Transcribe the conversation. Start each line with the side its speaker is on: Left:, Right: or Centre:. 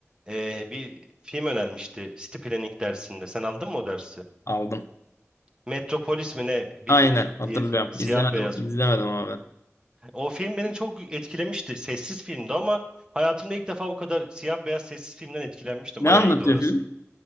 Right: eee, bir film önermişti. City Planning dersinde. Sen aldın mı o dersi?
Left: aldım.
Right: Metropolis mi ne? Bir
Left: Aynen hatırlıyorum.
Right: diye film. Siyah
Left: İzlemedim.
Right: beyaz.
Left: İzlemedim ama ben.
Right: O film beni çok etkilemişti. Sessiz filmdi ama hayatımda ilk defa o kadar siyah beyaz sessiz filmden etkilenmiştim.
Left: Ne
Right: Bayağı
Left: anlatıyor
Right: iyiydi orası.
Left: film?